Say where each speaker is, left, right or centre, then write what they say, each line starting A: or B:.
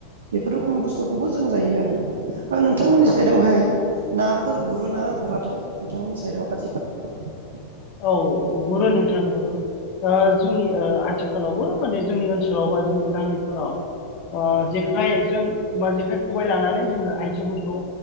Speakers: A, on the right (about 65°); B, on the left (about 40°).
A: बेफोर रोखोम बुस्थुखौबो जों जायो आरो ओ नोंथांमोननि साइदआवहाय नाफोर गुरो ना गुराथाय नोंथांमोननि साइडआव आथिखाल <unintelligible>
B: औ गुरो नोंथां गुरो ओ जोंनि ओ आथिखालावबो माने जोंनि ओनसोलाव बा जोंनि गामिफोराव ओ जेखाय जों मा जेखाय खबाइ लानानै जोङो आइजोफोरखौ